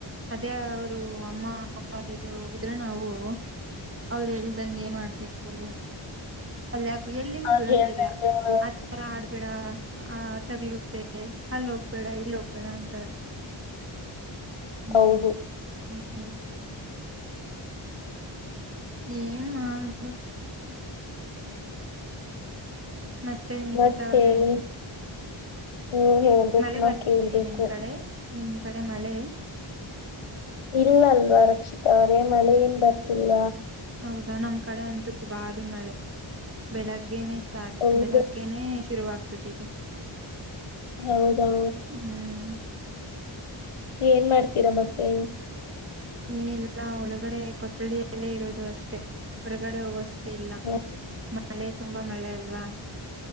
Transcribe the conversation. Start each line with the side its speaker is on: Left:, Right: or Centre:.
Right: ಅದೇ ಅವ್ರು ಅಮ್ಮ ಅಪ್ಪ ಜೊತೆ ಹೋಗುದ್ರೆ ನಾವೂ. ಅವ್ರ್ ಹೇಳ್ದಂಗೆ ಮಾಡ್ಬೇಕೂ ಅಲ್ ಯಾಕ್ ಎಲ್ಲಿಗೂ
Left: ಅವ್ರ್
Right: ಬಿಡದೆ
Left: ಹೇಳ್ದಂಗೆ
Right: ಇಲ್ಲ.
Left: ಮಾ-
Right: ರ ಆಡ್ಬೇಡ ಆ ತಗ್ಲುತ್ತೆ ಅಲ್ ಹೋಗ್ಬೇಡ ಇಲ್ ಹೋಗ್ಬೇಡ ಅಂತರೆ. ಹ್ಮ್
Left: ಹೌದು
Right: ಹ್ಮ್. ಏನ್ ಮಾಡ್ ಮತ್ತೆ ನಿಖಿತಾ
Left: ಮತ್
Right: ಅವ್ರೆ
Left: ಹೇಳಿ ನೀವ್ ಹೇಳ್ಬೇಕು
Right: ಮಳೆ
Left: ನಾವ್
Right: ಬರ್ತಿದಯಾ
Left: ಕೇಳ್ಬೇಕು.
Right: ನಿಮ್ ಕಡೆ ನಿಮ್ ಕಡೆ ಮಳೆ.
Left: ಇಲ್ ಅಲ್ವಾ ರಕ್ಷಿತ ಅವರೆ ಮಳೆ ಏನ್ ಬರ್ತಿಲ್ಲ.
Right: ಹೌದ ನಮ್ ಕಡೆ ಅಂತು ಭಾರಿ ಮಳೆ ಬೆಳಗ್ಗೆನೆ ಸ್ಟಾರ್ಟ್
Left: ಹೌದು
Right: ಬೆಳಗ್ ಗೆನೇ ಶುರುಆಗ್ಬಿಟ್ಟಿದೆ.
Left: ಹೌದಾ.
Right: ಹ್ಮ್.
Left: ಏನ್ ಮಾಡ್ತೀರ ಮತ್ತೆ.
Right: ಏನಿಲ್ಲ ಒಳಗಡೆ ಕೊಠಡಿಯಲ್ಲೇ ಇರೋದು ಅಷ್ಟೇ ಹೊರಗಡೆ ಹೋಗೋಸ್ಟ್ ತಿಲ್ಲ
Left: ಹ
Right: ಮಳೆ ತುಂಬ ಮಳೆ ಅಲ್ವಾ.